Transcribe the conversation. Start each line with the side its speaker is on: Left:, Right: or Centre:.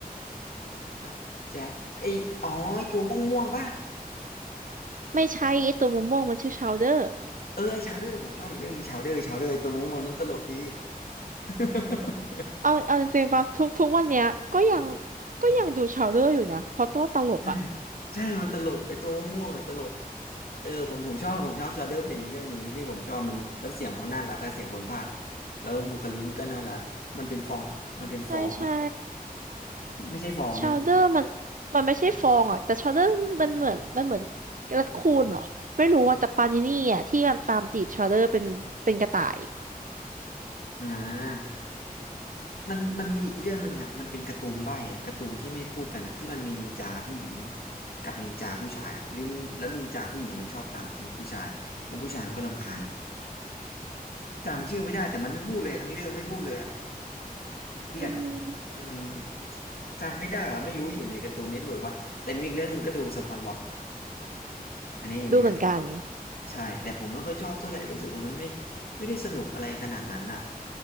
Left: ครับแจ็คไออ๋อไอตัวม่วงๆป่ะ
Right: ไม่ใช่ไอตัวม่วงๆมันชื่อชาวเดอร์
Left: เออไอชาวเดอร์ผมชอบอีกเรื่องชาวเดอร์ชาวเดอร์ไอ้ตัวม่วงๆนั้นตลกดี <laughs>
Right: เอาเอาจริงๆป่ะทุกทุกวันเนี้ยก็ยังก็ยังดูชาวเดอร์อยู่นะเพราะตัวตลกอ่ะ
Left: ใช่ใช่มันตลกไอ้ตัวม่วงๆอ่ะตลกเออผมผมชอบผมชอบชาเดอร์เป็นอีกเรื่องหนึ่งที่ผมชอบมันแล้วเสียงเขาน่ารักอะเสียงคนพากย์อะแล้วบุคลิกก็น่ารักมันเป็นฟองมันเป็นฟองปะ
Right: ใช่ใช่
Left: ไม่ใช่ฟองใช่ไหมมัน
Right: ชาวเดอร์มันมันไม่ใช่ฟองอ่ะแต่ชาวเดอร์มันเหมือนมันเหมือนกระคูนเหรอไม่รู้ว่าแต่ปานินี่อ่ะที่มันตามจีบชาวเดอร์เป็นเป็นกระต่าย
Left: มันเป็นอ่ามันมันมีอีกเรื่องหนึ่งอ่ะมันเป็นการ์ตูนใบ้อ่ะการ์ตูนที่ไม่พูดกันอ่ะที่มันมีนินจาผู้หญิงกับนินจาผู้ชายอ่ะหรือแล้วนินจาผู้หญิงมันชอบตามจีบผู้ชายแล้วผู้ชายมันก็รำคาญอ่ะจำชื่อไม่ได้แต่มันไม่พูดเลยทั้งเรื่องไม่พูดเลยอ่ะ พี่อาจจะ
Right: อืม
Left: อืมจำไม่ได้ว่ะไม่รู้อยู่ในการ์ตูนเน็ตเวิร์กว่าแต่มีอีกเรื่องหนึ่งก็ดูสปอนบ็อบอันนี้อยู่ในการ์ตูน
Right: ดูเหมือนกัน
Left: Network ใช่แต่ผมไม่ค่อยชอบเท่าไหร่รู้สึกว่ามันไม่ไม่ได้สนุกอะไรขนาดนั้นน่ะ